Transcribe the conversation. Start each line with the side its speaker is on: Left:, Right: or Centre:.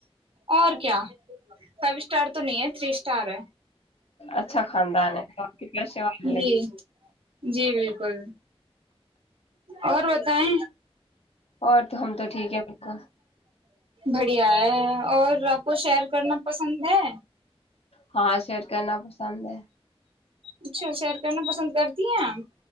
Right: اور کیا فائیو اسٹار تو نہیں ہے تھری اسٹار ہے
Left: اچھا خاندان ہے بپ پیشے وال لگ
Right: جی جی بالکل اور بتائ
Left: اور تو ہم تو ٹھیک ہے بالکل
Right: بڑھیا ہے اور آپ کو شیئر کرنا پسند ہے
Left: ہاں سیٹ کرنا پسند ہے
Right: اچھا سئیر کرنا پسند کرتی ہیںپ